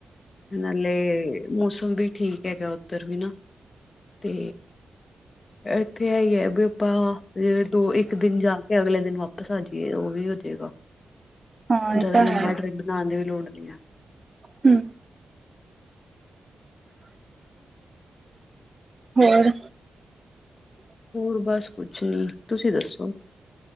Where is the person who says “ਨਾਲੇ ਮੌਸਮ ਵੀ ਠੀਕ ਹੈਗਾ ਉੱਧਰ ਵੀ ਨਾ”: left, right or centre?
Left